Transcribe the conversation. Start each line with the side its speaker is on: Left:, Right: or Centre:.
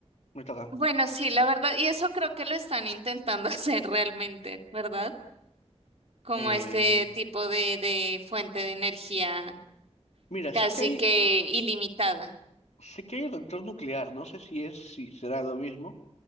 Left: Me toca.
Right: bueno, sí, la verdad, y eso creo que lo están intentando <laughs> hacer realmente, ¿verdad? Como
Left: Eh,
Right: este tipo de, de fuente de energía
Left: Mira,
Right: casi
Left: sé que hay,
Right: que ilimitada.
Left: sé que hay reactor nuclear, no sé si es, si será lo mismo,